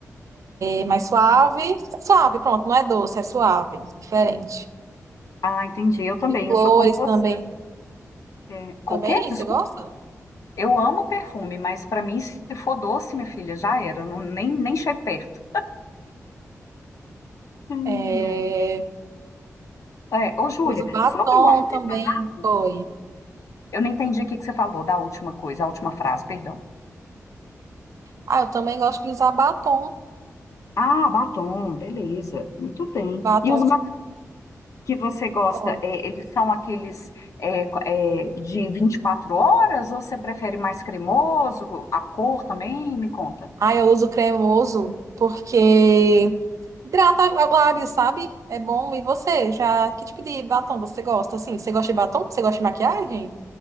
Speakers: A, on the right; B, on the left.
A: eh, mais suave. Suave, pronto, não é doce, é suave, diferente.
B: ah, entendi. Eu também,
A: de flores
B: eu sou como você.
A: também.
B: É,
A: Também?
B: O Desculpa.
A: Você gosta?
B: Eu amo perfume, mas para mim, se for doce, minha filha, já era. Eu não- nem, nem chego perto. Ai,
A: É,
B: ai. É, ô, Júlia,
A: uso batom
B: sobre o artesanato,
A: também. Foi.
B: eu não entendi o que que você falou da última coisa, a última frase, perdão.
A: Ah, eu também gosto de usar batom.
B: Ah, batom, beleza, muito bem.
A: Batom.
B: E os batons que você gosta,
A: Oi.
B: é, eles são aqueles é, co- é, de 24 horas ou você prefere mais cremoso? A cor também? Me conta.
A: Ah, eu uso cremoso porque hidrata o lábio, sabe? É bom. E você? Já, que tipo de batom você gosta? Assim, você gosta de batom? Você gosta de maquiagem?